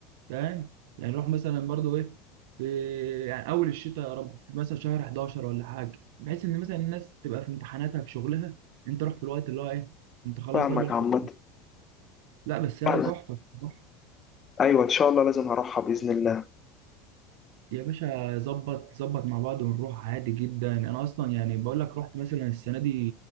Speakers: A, on the right (about 75°); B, on the left (about 20°).
A: فاهم يعني روح مثلا برضو إيه في يعني أول الشتاء يا رب مثلا شهر 11 ولا حاجة بحيث إن مثلا الناس تبقى في امتحاناتها في شغلها أنت روح في الوقت اللي هو إيه أنت خلاص
B: فاهمك
A: راجل
B: عامه
A: حب لا بس هي
B: فاهمك.
A: تحفة روح
B: ايوه ان شاء الله لازم هروحها باذن الله
A: يا باشا ظبط ظبط مع بعض ونروح عادي جدا أنا أصلا يعني بقول لك رحت مثلا السنة دي